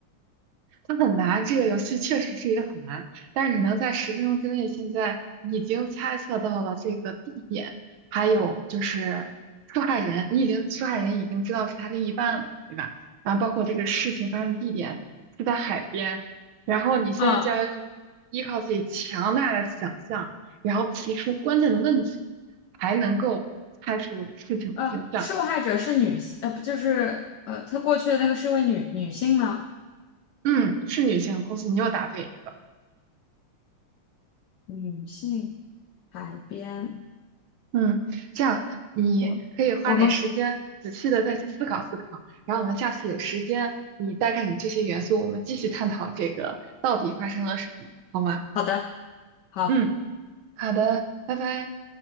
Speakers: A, on the right; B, on the left.
A: 它很难，这个游戏确实是一个很难，但是你能在十分钟之内，现在已经猜测到了这个地点，还有就是受害人，你已经受害人已经知道是他另一半了，对吧？然后包括这个事情发生地点是在海边，然后你现在就要用依靠自己强大的想象，
B: 啊
A: 然后提出关键的问题，才能够猜出事情的真相。
B: 呃，受害者是女性，呃不就是呃他过去的那个是位女女性吗？
A: 嗯，是女性，恭喜你又答对一个。
B: 女性海边，
A: 嗯，这样你可以花点时间仔细的再去思考思考，
B: 我我们
A: 然后我们下次有时间，你带上你这些元素，我们继续探讨这个到底发生了什么，好吗？
B: 好的好。
A: 嗯，好的，拜拜。